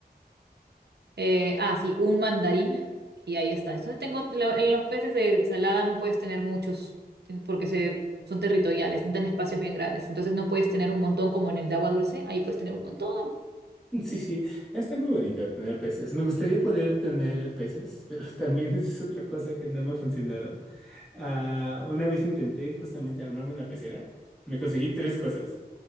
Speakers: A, on the right; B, in the centre.
A: Eh, ah, sí, un mandarín y ahí está. Entonces tengo, lo- en los peces de ensalada no puedes tener muchos ten- porque se, son territoriales, necesitan espacios bien grandes. Entonces no puedes tener un montón como en el de agua dulce, ahí puedes tener un montón.
B: <laughs> Sí, sí, está muy bonito tener peces. Me gustaría poder tener peces, pero <laughs> también esa es otra cosa que no me ha funcionado. Ah, una vez intenté justamente armarme una pecera. Me conseguí tres cosas